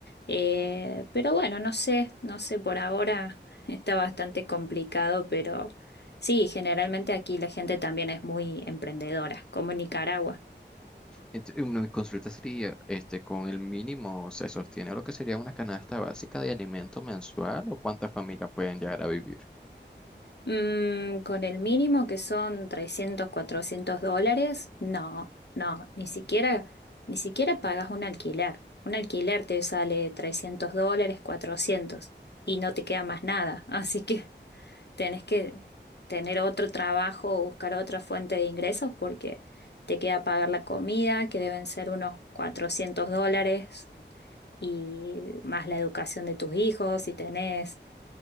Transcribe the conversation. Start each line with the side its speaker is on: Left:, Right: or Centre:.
Left: Eh, pero bueno, no sé, no sé, por ahora <laughs> está bastante complicado, pero sí, generalmente aquí la gente también es muy emprendedora, como en Nicaragua.
Centre: Entonces, una consulta sería, este, con el mínimo se sostiene lo que sería una canasta básica de alimento mensual o cuántas familias pueden llegar a vivir.
Left: Mm, con el mínimo que son 300 400 dólares, no, no, ni siquiera, ni siquiera pagas un alquiler. Un alquiler te sale 300 dólares, 400 y no te queda más nada. Así que <laughs> tenés que tener otro trabajo o buscar otra fuente de ingresos porque te queda pagar la comida, que deben ser unos 400 dólares y más la educación de tus hijos si tenés.